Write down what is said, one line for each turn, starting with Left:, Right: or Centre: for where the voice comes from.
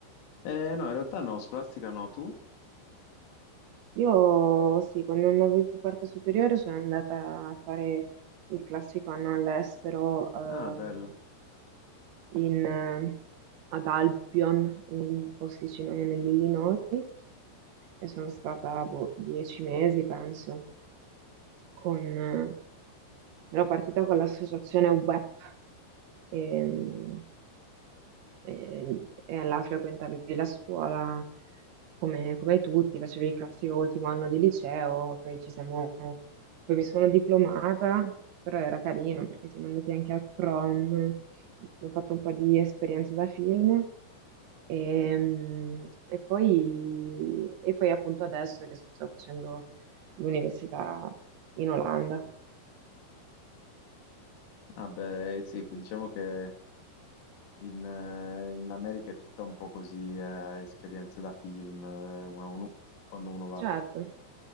Left: Eh, no, in realtà no, scolastica no, tu?
Right: Io sì, quando andavo in quarta superiore sono andata a fare il classico anno all'estero ehm,
Left: Ah, bello.
Right: in, eh, ad Albion, un posticino nell'Illinois, e sono stata boh, dieci mesi, penso, con... eh, ero partita con l'associazione WEP, ehm, e, e là frequentavi la scuola come, come tutti, facevi il classico ultimo anno di liceo, poi ci siamo, poi mi sono diplomata, però era carino perché siamo andati anche al prom, ho fatto un po' di esperienze da film. E, mm, e poi, e poi appunto adesso che sto facendo l'università in Olanda.
Left: Ah, beh, sì, diciamo che in, eh, in America è tutta un po' così, eh, esperienze da film, eh, uno- uno- quando uno va.
Right: Certo,